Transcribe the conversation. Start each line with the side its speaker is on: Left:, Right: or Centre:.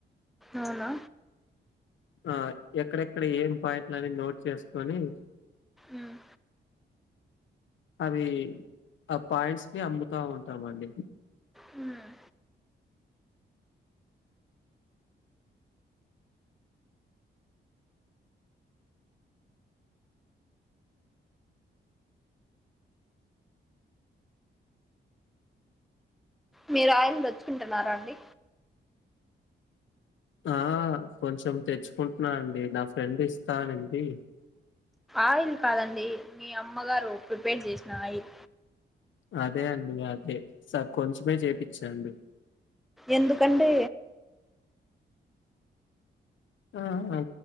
Centre: అవునా
Left: ఆ ఎక్కడెక్కడ ఏం పాయింట్లని నోట్ చేసుకొని
Centre: ఉమ్మ్
Left: అవి ఆ పాయింట్స్‌ని అమ్ముతా ఉంటామండి
Centre: ఉమ్మ్ మీరు ఆయిల్ దెచ్చుకుంటున్నారా అండి
Left: ఆ కొంచెం తెచ్చుకుంటున్నా అండి నా ఫ్రెండ్ ఇస్తా అనింది
Centre: ఆయిల్ కాదండి మీ అమ్మగారు ప్రిపేర్ చేసిన ఆయిల్
Left: అదే అండి అదే స కొంచమే చేపిచ్చా అండి
Centre: ఎందుకంటే
Left: ఆహ్ హా